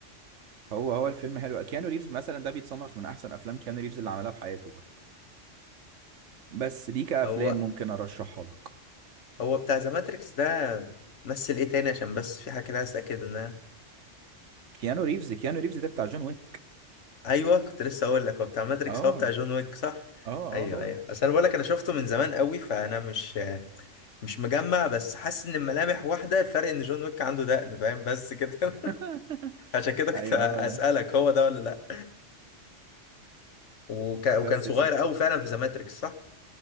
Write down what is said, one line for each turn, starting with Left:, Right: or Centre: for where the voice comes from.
Right: هو هو الفيلم حلو كيانو ريفز مثلا ده بيتصنف من احسن افلام كيانو ريفز اللي عملها في حياته برضو بس دي كافلام
Left: هو
Right: ممكن ارشحها لك
Left: هو بتاع ذا ماتريكس ده مثل ايه تاني عشان بس في حاجه كده عايز اتاكد منها
Right: كيانو ريفز كيانو ريفز ده بتاع جون ويك
Left: ايوه كنت لسه اقول لك هو بتاع ماتريكس
Right: اه
Left: هو بتاع جون ويك صح
Right: اه
Left: ايوه
Right: اه هو
Left: ايوه اصل انا بقول لك انا شفته من زمان قوي فانا مش مش مجمع بس حاسس ان الملامح واحده الفرق ان جون ويك عنده دقن فاهم بس كده
Right: <laughs>
Left: <laughs> عشان كده كنت
Right: ايوه
Left: اسالك
Right: هو ده
Left: هو ده ولا لا وك... وكان
Right: بس
Left: صغير
Right: يا سيدي
Left: قوي فعلا في ذا ماتريكس صح